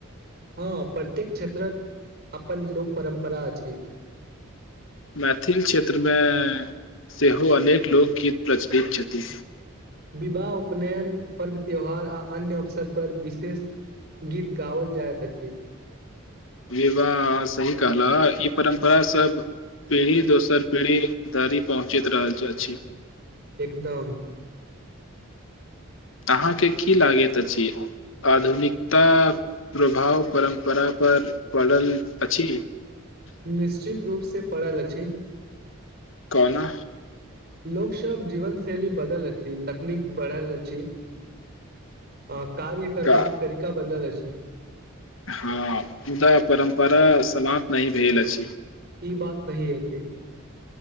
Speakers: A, on the right; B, on the left.
A: हँ प्रत्येक क्षेत्रक अपन लोक परम्परा अछि।
B: मैथिल क्षेत्रमे सेहो अनेक लोकगीत प्रचलित छथि।
A: विवाह उपनयन पर्व त्यौहार आ अन्य अवसर पर विशेष गीत गाओल जाइत अछि।
B: विवाह सही कहलाह ई परम्परास सभ पीढ़ी दोसर पीढ़ी धरि पहुँचैत रहल अछि।
A: एकदम
B: अहाँके की लागैत अछि आधुनिकता प्रभाव परम्परा पर पड़ल अछि?
A: निश्चित रूप से पड़ा अ छि
B: कौना
A: लोक सब जीवन शैली बदल अछि तकनीक बढ़ल अछि आ कार्य करबाक
B: का
A: तरीका बदलल अछि। <unintelligible>
B: हँ मुदा परम्परा समाप्त नइ भेल अछि।
A: ई बात सही अछि।